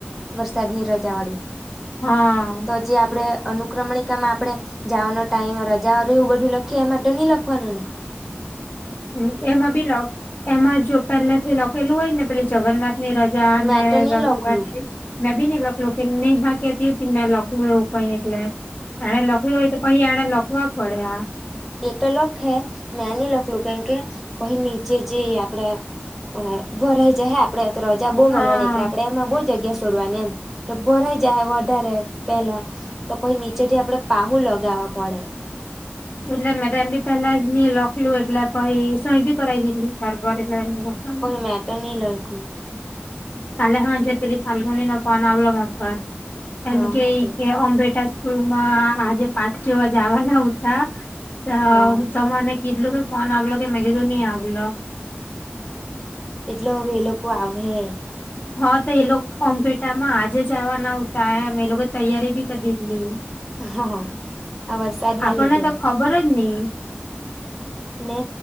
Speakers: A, in the centre; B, on the left.
A: વરસાદ ની રજા વાળું.
B: હા.
A: તો જે આપે અનુક્રમણિકામાં આપણે જવાનો ટાઈમ રજાઓ એવું બધું લખીએ એ માટે નહી લખી. ખવાનુંને.
B: હ એમાં બી એમાં જો પેલા થી લખેલું હોય ને પે જગન્નાથ ની રજા અને
A: મેં તો ની
B: રવિવાર
A: લખલું
B: ની. મેં બી નહી લખલું પેલી નેહા કેતી મેં લખલું એવું કઈ એટલે એ લખલું હોય તો અહી એને લખવા પડ્યા.
A: એ તો લખ હે મેં ની લખલું કેમ કે પહો નીચે જે આપડે અ વરાઈ જ હ આપડે. તો રજા બહુ
B: હા
A: મળવાની એટલે આપણે એમાં બહુ જગ્યા સોડવાની એમ? તો ભરાઈ જાહે વધારે પહેલા. તો પછી, નીચે થી આપડે પાહુ લગાવવા પડે.
B: એટલે મે તારાથી પેલા જ ની લખલું એટલે. પહી સયબી કરાવી લીધી. સરારભરેલા ની વાચાય.
A: મેતો ની લખ્યું
B: કાલે હાંજે પેલી ફાલ્ગુનીનો ફોન આવલો મારી પર.
A: હા
B: એમ કે,
A: ઓકે
B: અમ તા સ્કૂલ માં આજે પાંચ જોવા જવાના ઉતા. ત..
A: હા
B: ત મને કીધલું કે, ફોન આવલો કે? મે કીધું ની આવલો.
A: એટલો હવે એ લોકો આવહે.
B: હા તો એ લોકો કોમ્પેટામાં આજે જાવવાના ઉતા એમ. એ લોકો તૈયારી ભી કરી દીધી હતી.
A: હ આ વરસાદના
B: આપણને
A: લીધે
B: તો ખબર જ ની.
A: ને!